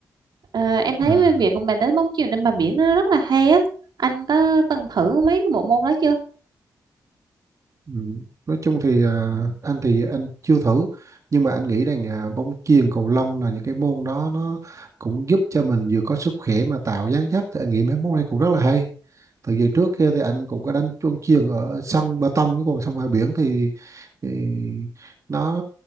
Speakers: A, on the right (about 70°); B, on the right (about 45°).
A: Ờ, em thấy
B: à
A: cái việc mà đánh bóng chuyền trên bờ biển nó rất là hay á anh có từng thử mấy cái bộ môn đó chưa
B: Ừ. Nói chung thì à, anh thì anh chưa thử nhưng mà anh nghĩ rằng à, bóng chuyền cầu lông là những cái môn đó nó cũng giúp cho mình vừa có sức khỏe mà tạo dáng dấp thì anh nghĩ mấy môn này cũng rất là hay từ giờ trước kia thì anh cũng có đánh bóng chuyền ở sân bê tông chứ còn sông ngoài biển thì, thì nó